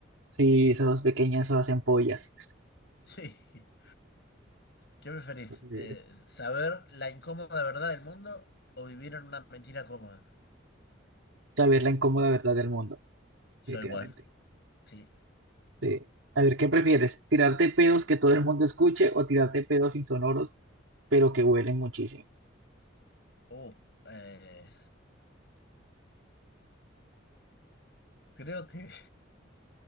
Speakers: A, on the right; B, on the left.
A: Sí, esas dos pequeñas son hacen pollas.
B: Sí. ¿Qué preferís?
A: Eh,
B: Eh, ¿saber la incómoda verdad del mundo o vivir en una mentira cómoda?
A: Saber la incómoda verdad del mundo,
B: Yo
A: definitivamente.
B: igual. Sí.
A: Sí. A ver, ¿qué prefieres? ¿Tirarte pedos que todo el mundo escuche o tirarte pedos insonoros, pero que huelen muchísimo?
B: Uh, eh, creo que,